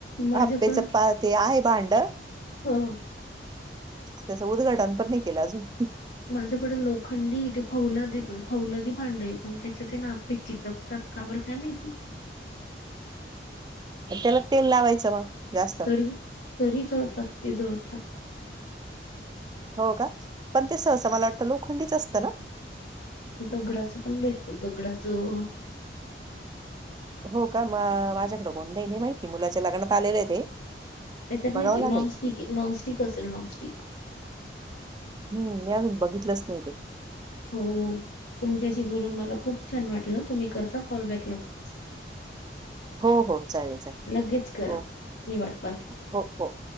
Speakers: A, on the left; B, on the right.
A: माझ्याकडं
B: आप्प्याचं पा ते आहे भांड.
A: हा
B: त्याचं उद्घाटन पण नाही केलं अजून.
A: माझ्याकडें लोखंडी ते फौलाद पण फौलादी भांड आहे पण त्याच्या त आहे न आपे चिटकतात, का बर काय माहिती?
B: म त्याला तेल लावायचं मग जास
A: तरी तरी जळतात ते जळतात.
B: हो का, पण ते सहस मला वाटतं लोखंडीच असतं ना.
A: दगडाचं पण भेटत दगडाचं.
B: हो का माझ्याकडे कोणत आहे नी माहिती मुलाच्या लग्नात आलेले आहे ते.
A: त्याच्यात नाही
B: बघावं
A: ची नॉनस्टिक
B: लागेल.
A: नॉनस्टिक असेल नॉनस्टिक.
B: हम्म मी अजून बघितलंच नाही ते.
A: हो तुमच्याशी बोलून मला खूप छान वाटलं, तुम्ही करता कॉलबॅक लगेलच.
B: हो हो चालेल चालेल.
A: लगेच करा
B: हो
A: मी वाट पाहते.
B: हो हो